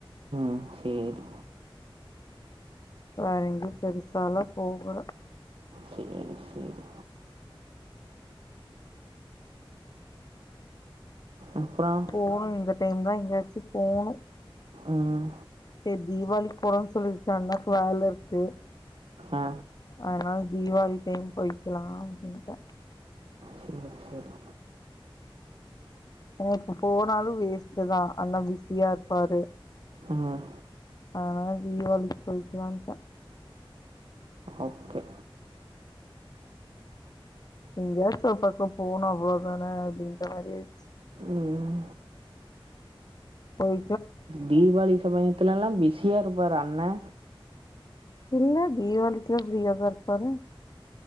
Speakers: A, on the right (about 70°); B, on the left (about 45°).
A: ம் சேரி
B: வேற எங்கேயு பெருசாலா போகல
A: சரி, சரி. அப்புறம்?
B: போணு இந்த டைம் தா எங்காச்சி போணு
A: ம்.
B: செரி தீவாளிக் போலானு சொல்லிருச்சு அண்ணாக்கு வேல இருக்கு
A: ஆ.
B: அதனால தீவாளி டைம் போய்க்கலா அப்டின்ட்டே
A: சரி, சரி.
B: ஏனா இப்ப போனாலு வேஸ்ட் தா அண்ணா பிஸியா இருப்பாரு
A: ம்.
B: அதனால தீவாளிக்கு போயிக்கலான்ட்டே
A: ஓகே.
B: எங்கயாச்சு ஒரு பக்கோ போணு அவ்ளோ தானே அப்டின்ற மாரி ஆயிச்சு
A: ம்.
B: பொய்
A: தீவாளி சமயத்துலல்லா பிஸியா இருப்பாரு அண்ணே
B: இல்ல தீவாளிக்குலா ஃப்ரியா தா இருப்பாரு